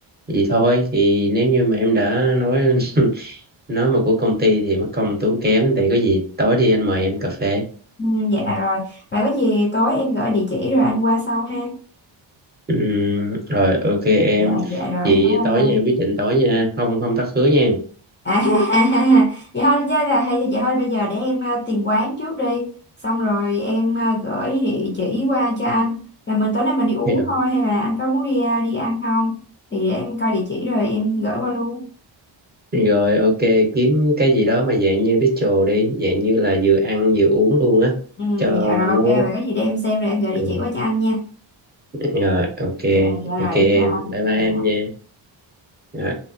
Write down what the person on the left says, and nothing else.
Ừ, dạ rồi. Vậy có gì tối em gửi địa chỉ rồi anh qua sau ha.
Dạ dạ rồi
em bye
bye.
À, <laughs> vậy thôi chứ là hay vậy thôi bây giờ để em ờ, tìm quán trước đi xong rồi em ờ, gửi địa chỉ qua cho anh là mình tối nay mình đi uống
thôi hay là anh có muốn đi ờ, đi ăn không thì để em coi địa chỉ rồi em gửi qua luôn
ừ,
dạ rồi ok
vậy có gì để em xem rồi em gửi địa
chỉ qua cho anh nha
dạ dạ rồi
em chào anh
Dạ.